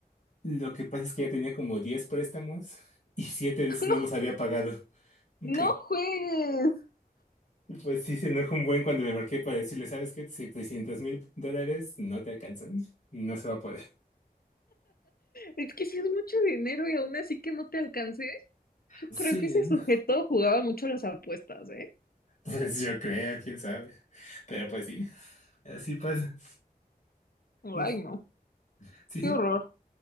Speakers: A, on the left; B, on the left.
A: Lo que pasa es que ya tenía como 10 préstamos y 7 de
B: <laughs>
A: esos
B: No,
A: no los había pagado. <laughs>
B: no juegues.
A: Entonces, pues sí se enojó un buen cuando le marqué para decirle, ¿sabes qué? setecientos mil dólares no te alcanzan. No se va a poder.
B: Es que si es mucho dinero y aún así que no te alcancé. Yo
A: Sí,
B: creo que ese
A: ¿no?
B: sujeto jugaba mucho las apuestas, ¿eh?
A: <laughs> pues yo creo, quién sabe. Pero pues sí, así pasa.
B: Ay,
A: Pues,
B: no.
A: sí.
B: Qué horror.